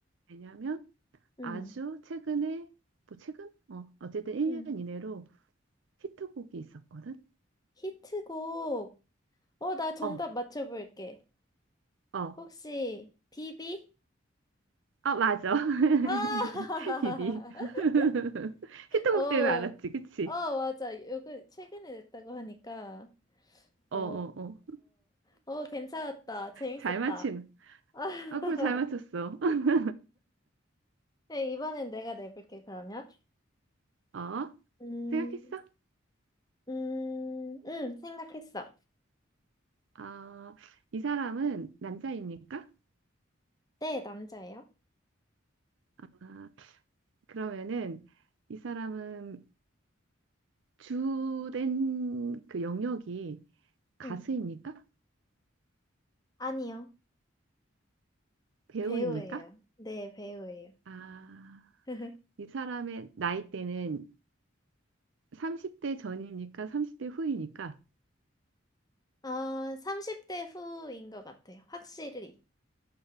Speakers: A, on the right; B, on the left.
A: 왜냐하면
B: 음,
A: 아주 최근에 뭐 최근? 어, 어쨌든 1년
B: 음.
A: 이내로 히트곡이 있었거든.
B: 히트곡. 어, 나 정답
A: 어,
B: 맞춰볼게.
A: 어.
B: 혹시, 비비?
A: 아, 맞아. <laughs>
B: 아!
A: 비비. <laughs>
B: <laughs>
A: 히트곡
B: 어,
A: 때문에 알았지, 그치?
B: 어, 맞아. 요거 최근에 냈다고 하니까.
A: 어,
B: 어,
A: 어, 어.
B: 어, 괜찮았다. 재밌었다.
A: 잘 맞히는.
B: <laughs>
A: 아, 그럼 잘 맞췄어. <laughs>
B: 네, 이번엔 내가 내볼게, 그러면.
A: 어,
B: 음,
A: 생각했어?
B: 음, 음, 생각했어.
A: 아, 이 사람은 남자입니까?
B: 네, 남자예요.
A: 아, 그러면은 이 사람은 주된 그 영역이 가수입니까?
B: 음, 아니요.
A: 배우입니까?
B: 배우예요. 네, 배우예요.
A: 아,
B: <laughs>
A: 이 사람의 나이대는 30대 전입니까? 30대 후입니까?
B: 아, 30대 후인 것 같아요. 확실히.